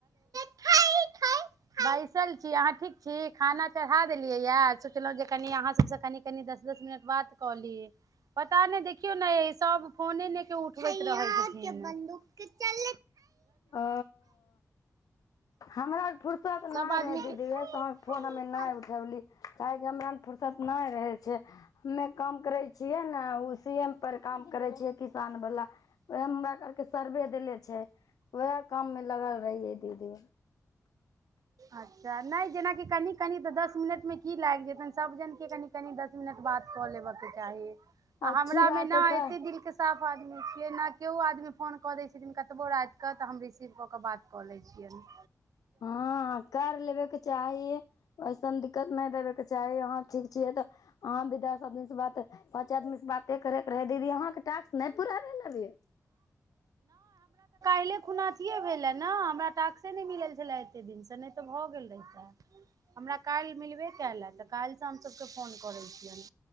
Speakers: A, on the right; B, on the left.
A: हेय हेय बैसल छी अहाँ ठीक छी खाना चढ़ा देलियैया सोचलहुँ जे क अहाँ सबसँ कनि कनि दस दस मिनट बात कऽ ली पता नहि देख केओ नहि सब फोने ने के उठबैत रहै छै चल
B: ओ हमरा फुर्सत नहि
A: सब आदमी
B: रहे दीदी
A: के
B: उएहसँ अहके फोन हमे नहि उठौली काहेकि हमरा फुरर्सत नहि रहे छै हमे काम करै छियै ने ओ सी एम पर काम करै छियै किसान वला ओह हमराके सर्वे देेले छै उएह काम मे लगल रहियै दीदी
A: अच्छा नहि जेनाकी कनि कनिऽ दस मिनटमे की लागि जेतनि सभ जनक के कनि कनि दस मिनट बात कऽ लेब के चाही आ
B: अच्छी
A: हमरा
B: बात
A: मे न
B: है क
A: एते दिल के साफ ऐना केओ आदमी फोन कऽ दै छथिन हिनका कबो रातिकऽ तऽ हम रिसीव कऽ कऽ बात कऽ लै छियैन
B: हँ कर लेबेके चाही ऐसन दिक्कत नहि देबेके चाही अहाँ ठीक छियै तऽ अहाँ भी दस आदमीसँ बात पाँच आदमीसँ बाते करेके रहे दीदी अहाँके टास्क नहि पूरा भेल अभी
A: पहिले खुनाथिये भेले ने हमरा टाक्से नहि मिलल छले एते दिन से नहि तऽ भए गेल रहिता हमरा काल्हि मिलबे कायल है काल्हि से हमसभके फोन करे छियनि